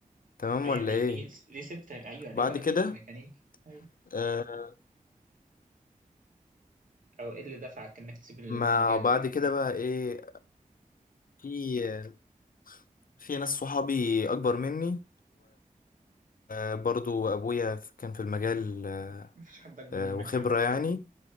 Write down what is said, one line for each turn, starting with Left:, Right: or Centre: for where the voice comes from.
Left: تمام
Right: يعني
Left: ولا ايه
Right: ليه ليه سبت ايوه ليه
Left: بعد
Right: بقى
Left: كده
Right: سبت ميكانيك اي
Left: آه،
Right: او ايه اللي دفعك انك تسيب المجال
Left: ما بعد
Right: الميكانيكي
Left: كده بقى
Right: ده؟
Left: ايه في في ناس صحابي اكبر مني وبرضو ابويا كان في المجال آه،
Right: مفيش حد اكبر
Left: آه،
Right: منك
Left: وخبره
Right: يا عم
Left: يعني